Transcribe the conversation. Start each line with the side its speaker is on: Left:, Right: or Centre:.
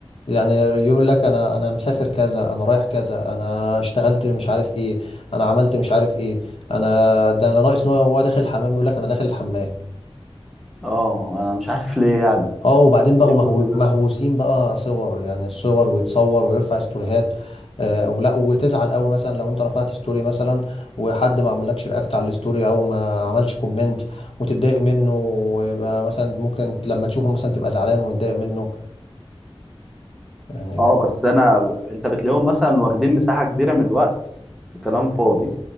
Left: يعني يقول لك انا انا مسافر كذا انا رايح كذا انا اشتغلت مش عارف ايه انا عملت مش عارف ايه انا ده انا ناقص ان هو هو داخل الحمام يقول لك انا داخل الحمام
Centre: اه انا مش عارف ليه يعني
Left: اه وبعدين بقوا
Centre: ليه كل
Left: مهو...
Centre: ده
Left: مهووسين بقى صور يعني الصور ويتصور ويرفع ستوريهات آه ولا وتزعل قوي مثلا لو انت رفعت ستوري مثلا وحد ما عملكش رياكت على الستوري او ما عملش كومنت وتتضايق منه ويبقى مثلا ممكن لما تشوفه مثلا تبقى زعلان ومتضايق منه يعني
Centre: اه بس انا انت بتلاقيهم مثلا واخدين مساحه كبيره من الوقت في كلام فاضي